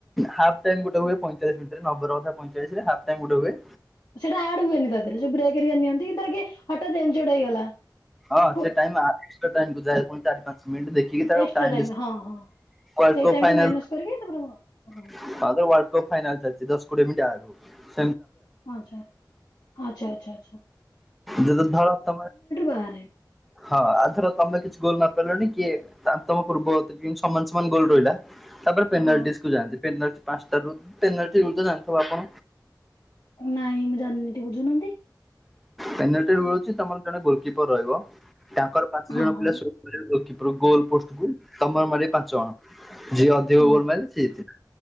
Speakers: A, in the centre; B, on the left (about 70°).
A: ହାଫ ଟାଇମ ଗୋଟେ ହଏ ପଇଁଚାଳିଶ ମିନିଟରେ ନବେରନ ପଇଁଚାଳିଶରେ ହାପ ଟାଇମଗୁଟେ ହୁଏ।
B: ସେଇଟା ଆଡ ହୁଏନି ତା ଦେହରେ ଯୋଉ ବ୍ରେକ୍ ନିଅନ୍ତି ଧର କିଏ ହଠାତ୍ ଏଞ୍ଜୋଡ଼ ହେଇଗଲା।
A: ହଁ
B: ପୁ
A: ସେ ଟାଇମ ଆ ସେ ଟାଇମକୁ ଯାଏ ପୁଣି ଚାରି ପାଞ୍ଚ ମିନଟ ଦେଖିକି ତାକୁ
B: ଏକ୍ସଟ୍ରା
A: ଟାଇମ ବିସ
B: ହଁ ହଁ
A: <inaudible> କରି
B: ସେଇ ଟାଇମ
A: ଫାଇନାଲ
B: ଟା ମାଇନସ୍ କରିକି ତାପରେ ମୁଁ ହଁ
A: ତାପରେ ତ ୱଲଡ କପ ଫାଇନାଲ ଚାଲିଛି ଦଶ କୋଡିଏ ମିନିଟ୍ ଆଡ଼ ହଉ
B: ଆଛା ଆଛା ଆଚ୍ଛା ଆଛା।
A: ଯ ଧର ତମେ
B: ବାହାରେ
A: ହଁ ଆଉ ଧର ତମେ କିଛି ଗୋଲ ମାର କଲୁଣି କିଏ ତାଙ୍କ ତମ ପୂର୍ବଗତ ସମାନ ସମାନ ଗୋଲ ରହିଲା ତାପରେ ପେନାଲଟିସକୁୁ
B: ହଁ
A: ଯାନ୍ତି ପେନାଲ୍ଟି ପାଞ୍ଚଟାରୁ ପେନାଲ୍ଟି ବୋଧେ ଜାଣିଥିବ ଆପଣ?
B: ନାଇଁ ମୁଁ ଜାଣିନି ଟିକେ ବୁଝୁନାହାନ୍ତି
A: ପେନାଲଟି ମିଳୁଛି ତମର ଜଣେ ଗୋଲକିପର ରହିବ ତାଙ୍କର ପାଞ୍ଚ
B: ହଁ
A: ଜଣ
B: ହଁ
A: ପିଲା ସେପରେ ଗୋଲକିପର ଗୋଲ ପୋଷ୍ଟ ଗୁଲ ତମର ମାରିବେ ପାଞ୍ଚ ଜଣ ଯିଏ ଅଧିକ
B: ହଁ
A: ଗୋଲ ମାରିଲେ ସିଏ ଜିତିଲା।